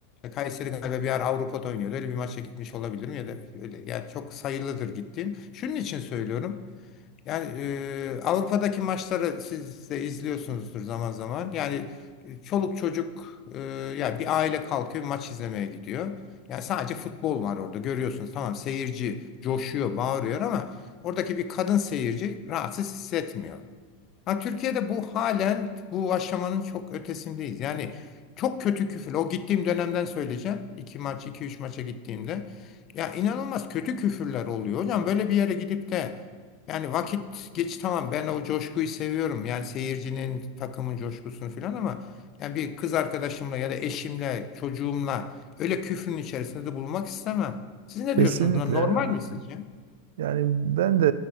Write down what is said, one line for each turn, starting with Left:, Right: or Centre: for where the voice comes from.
Left: Kayseri galiba bir ara Avrupa'da oynuyordu. Öyle bir maça gitmiş olabilirim ya da öyle yani çok sayılıdır gittiğim. Şunun için söylüyorum. Yani e, Avrupa'daki maçları siz de izliyorsunuzdur zaman zaman. Yani e, çoluk çocuk e, ya bir aile kalkıyor maç izlemeye gidiyor. Yani sadece futbol var orada görüyorsunuz. Tamam seyirci coşuyor, bağırıyor ama oradaki bir kadın seyirci rahatsız hissetmiyor. Ha Türkiye'de bu halen bu aşamanın çok ötesindeyiz. Yani çok kötü küfür. O gittiğim dönemden söyleyeceğim. 2 maç, iki üç maça gittiğimde. Ya inanılmaz kötü küfürler oluyor. Hocam böyle bir yere gidip de yani vakit geç tamam ben o coşkuyu seviyorum. Yani seyircinin, takımın coşkusunu falan ama yani bir kız arkadaşımla ya da eşimle, çocuğumla öyle küfrün içerisinde de bulunmak istemem. Siz ne
Right: Kesinlikle.
Left: diyorsunuz buna? Normal
Right: ya.
Left: mi sizce?
Right: Yani ben de